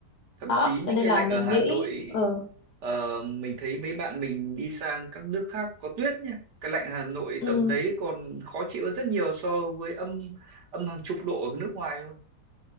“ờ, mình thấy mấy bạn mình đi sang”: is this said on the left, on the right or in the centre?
Right